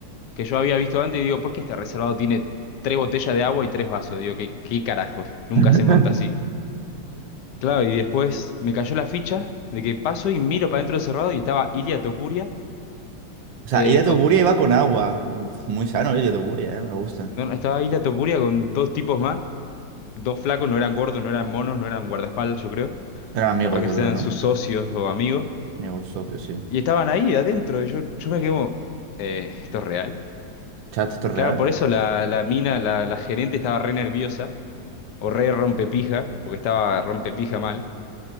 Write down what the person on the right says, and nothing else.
<laughs>
O sea,
Ilia Topuria
iba con agua. Uf, muy sano, Ilia Topuria, eh, me gusta.
Eran amigos,
yo
creo, ¿no?
Amigos, socios, sí.
Chat, ¿esto es
real?